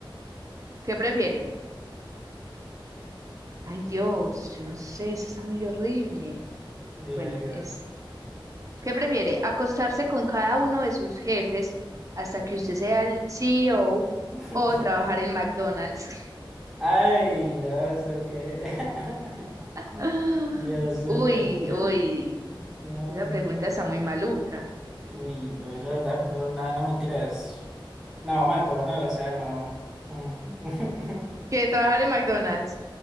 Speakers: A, on the right (about 40°); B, in the centre.
A: ¿qué prefieren? Ay, Dios, yo no sé, esa está muy horrible.
B: Diga,
A: Bueno,
B: diga.
A: esa. ¿Qué prefiere? ¿Acostarse con cada uno de sus jefes hasta que usted sea el CEO o
B: <laughs>
A: o trabajar en McDonald's?
B: Ay, no, ¿esto qué? <laughs>
A: <laughs>
B: Dios, las
A: Uy,
B: preguntas.
A: uy.
B: No.
A: Esa pregunta está muy maluca.
B: Uy, no, yo la verdad prefiero nada, no mentiras. No, McDonald's, o sea, no. <laughs>
A: Que trabajar en McDonald's,